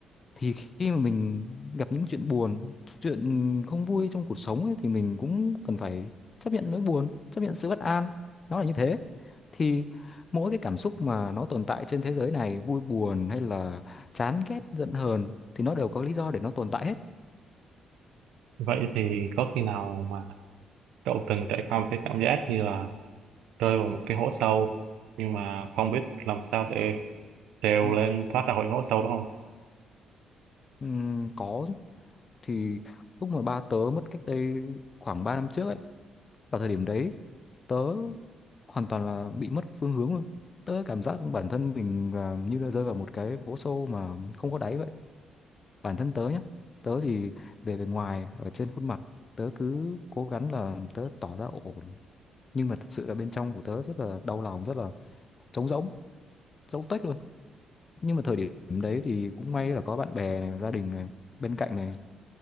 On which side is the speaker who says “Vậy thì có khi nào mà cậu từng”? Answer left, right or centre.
Right